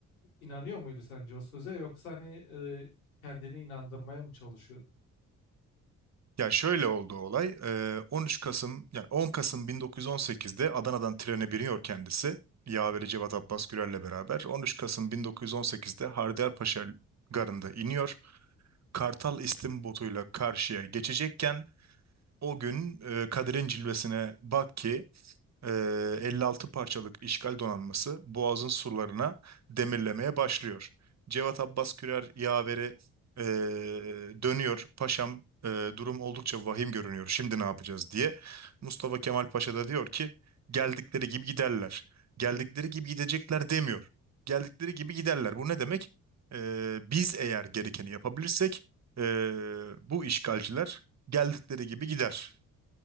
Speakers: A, on the left; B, on the right.
A: inanıyor muydu sence o söze yoksa hani e, kendini inandırmaya mı çalışıyordu?
B: Ya şöyle oldu olay. Ee, 13 Kasım yani 10 Kasım 1918'de Adana'dan trene biniyor kendisi. Yaveri Cevat Abbas Gürel'le beraber. 13 Kasım 1918'de Haydarpaşa garında iniyor. Kartal istim botuyla karşıya geçecekken o gün e, Kadir'in cilvesine bak ki e, 56 parçalık işgal donanması Boğaz'ın surlarına demirlemeye başlıyor. Cevat Abbas Kürer yaveri e, dönüyor. Paşam e, durum oldukça vahim görünüyor. Şimdi ne yapacağız diye. Mustafa Kemal Paşa da diyor ki geldikleri gibi giderler. Geldikleri gibi gidecekler demiyor. Geldikleri gibi giderler. Bu ne demek? E, biz eğer gerekeni yapabilirsek e, bu işgalciler geldikleri gibi gider.